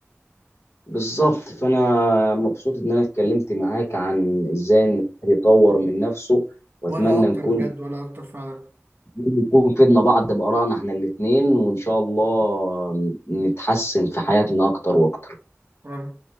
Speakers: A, on the left; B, on the right.
A: بالظبط فانا مبسوط ان انا اتكلمت معاك عن ازاي ان الواحد يطور من نفسه واتمنى
B: وانا اكتر
A: نكون
B: بجد وانا اكتر فعلا
A: نكون فدنا بعض بآرائنا احنا الاتنين وإن شاء الله نتحسن في حياتنا أكتر وأكتر
B: شكراً.